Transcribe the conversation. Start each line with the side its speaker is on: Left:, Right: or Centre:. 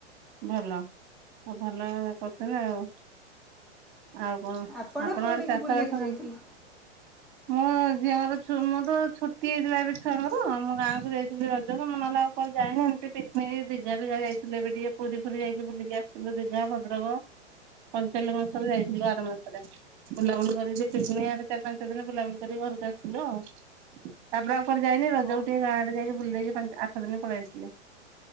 Right: ଭଲ ଆଉ ଭଲ କରୁଥିଲେ ଆଉ। ଆଉ କଣ
Centre: ଆପଣ
Right: ଆପଣଙ୍କର
Centre: କୋଉଠିକି
Right: ଚାଷ
Centre: ବୁଲିବାକୁ
Right: ବାସ
Centre: ଯାଇଥିଲେ?
Right: ମୋ ଝିଅଙ୍କର ମୁଁ ତ ଛୁଟି ହେଇଥିଲା ଏବେ ଛୁଆଙ୍କର ମୁଁ ଗାଁକୁ ଯାଇଥିଲି ର ତ ମନାଲା ଆଉ କଣ ଯାଏନି ଏମିତି ପିକନିକ ଭିଜା ବିିଜା ଯାଇଥିଲେ ବି ଟିକେ ପୁରୀ ଫୁରୀ ଯାଇକି ବୁଲିକି ଆସିଥିଲୁ ଦୀଘା ଭଦ୍ରକ ପଞ୍ଚଲିଙ୍ଗେଶ୍ୱର୍ ଯାଇଥିଲୁ ଆର ମାସରେ। ବୁଲାବୁଲି କରିକି ଆଡେ ଚାରି ପାଞ୍ଚ ଦିନ ବୁଲାବୁଲି କରି ଘରକୁ ଆସିଲୁ ଆଉ ତାପରେ ଆଉ କୁଆଡେ଼ ଯାଇନି ରଜକୁ
Centre: ଓହୋ
Right: ଟିକେ ଗାଁ ଆଡେ ଯାଇକି ବୁଲି ଦେଇକି ଆଠ ଦିନ ପଳେଇ ଆସିଲି।